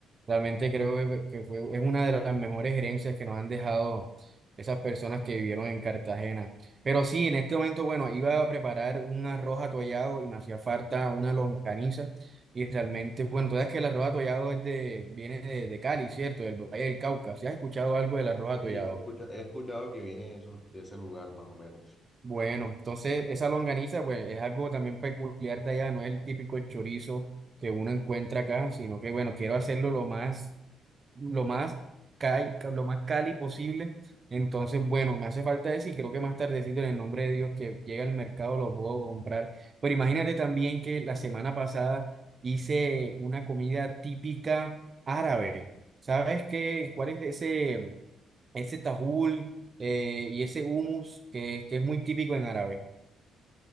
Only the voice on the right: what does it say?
Realmente creo que que fue, es una de las mejores herencias que nos han dejado esas personas que vivieron en Cartagena. Pero sí, en este momento, bueno, iba a preparar un arroz atollado y me hacía falta una longaniza. Y realmente, bueno, tú sabes que el arroz atollado es de, viene de, de Cali, ¿cierto? Del Valle del Cauca. ¿Si has escuchado algo del arroz atollado?
Bueno, entonces esa longaniza, pues es algo también peculiar de allá, no es el típico chorizo que uno encuentra acá, sino que, bueno, quiero hacerlo lo más lo más cali, lo más cali posible. Entonces, bueno, me hace falta eso y creo que más tardecito en el nombre de Dios que llega al mercado lo puedo comprar. Pero imagínate también que la semana pasada hice una comida típica árabe. ¿Sabes qué? ¿Cuál es ese, ese tajul eh, y ese hummus que, que es muy típico en árabe?